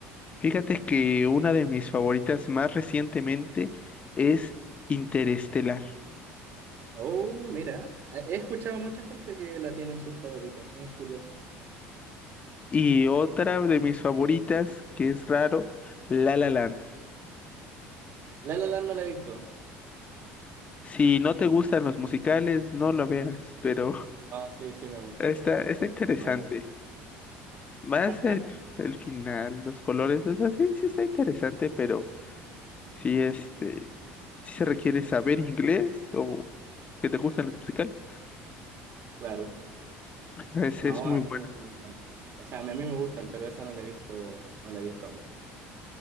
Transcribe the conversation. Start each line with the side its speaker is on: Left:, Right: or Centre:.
Left: Fíjate que una de mis favoritas más recientemente es Interestelar
Right: Oh, mira, he escuchado a mucha gente que la tiene en sus favoritas, es curioso.
Left: y otra de mis favoritas, que es raro, La La Land.
Right: La La Land no la he visto.
Left: Si no te gustan los musicales, no lo veas, pero <laughs>
Right: No, sí, sí me gustan,
Left: está,
Right: sí me gustan.
Left: está interesante.
Right: Varios.
Left: Más
Right: <laughs>
Left: el, el final, los colores, o sea, sí, sí está interesante, pero sí, este, sí se requiere saber inglés o que te gustan los musicales.
Right: Claro.
Left: Es,
Right: No,
Left: es muy
Right: a mí
Left: bueno.
Right: me gustan. mucho. O sea, a mí me gustan, pero esa no la he visto, no la he visto aún.